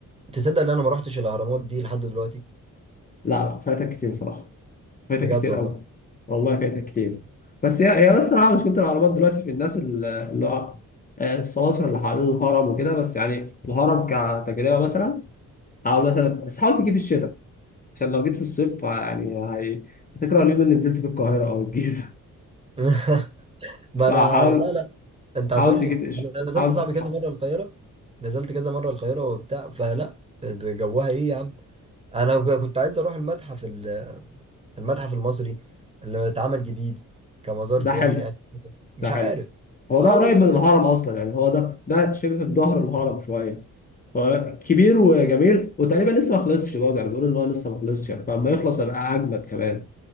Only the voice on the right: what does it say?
تصدق إن أنا ما رحتش الأهرامات دي لحد دلوقتي
بجد
والله
<laughs>
ما
أنا لا لا انت
هتقول
لي
يعني انا نزلت
صاحبي
كذا
مره القاهره نزلت كذا مره القاهره وبتاع فلا ده جوها ايه يا عم انا ك- كنت عايز اروح المتحف ال- المتحف المصري اللي اتعمل جديد كمزار
سياحي
يعني مش
عارف
اه
والله
بس